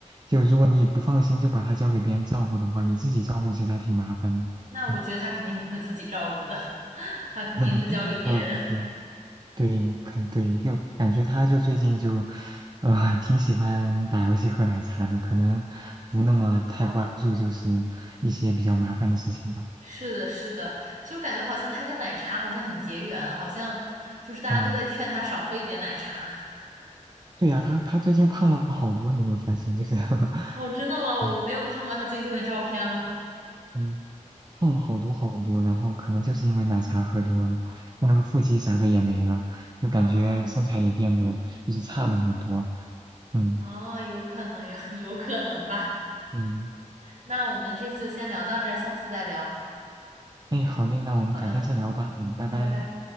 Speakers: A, on the right; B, on the right.
A: 就如果你不放心，就把他交给别人照顾的话，你自己照顾其实还挺麻烦的。
B: 那我觉得他肯定不会自己照顾的，
A: 嗯，
B: <laughs> 他肯定是交给别人。
A: <laughs> 嗯，对对，肯对，就感觉他就最近就，呃，挺喜欢打游戏、喝奶茶的，可能不那么太关注就是一些比较麻烦的事情吧。
B: <laughs> 是的，是的，就感觉好像他跟奶茶好像很结缘，好像就是大家都在劝他少喝一点奶茶。
A: 嗯，对呀，他他最近胖了好多，你有没有发现？就是 <laughs>
B: <laughs> 哦，真的吗？我我没有看过他最近的照片了。
A: 嗯嗯。胖了好多好多，然后可能就是因为奶茶喝多了，那那个腹肌啥的也没了，就感觉身材也变得就是差了很多。
B: <laughs> 啊。
A: 嗯
B: 哦，有可能，有 <laughs> 有可能吧。
A: 嗯，
B: 那我们这次就先聊到这儿，下次再聊。
A: 哎，好嘞，那我们改天再聊吧。
B: 好的，
A: 嗯，拜拜。
B: 嗯，拜拜。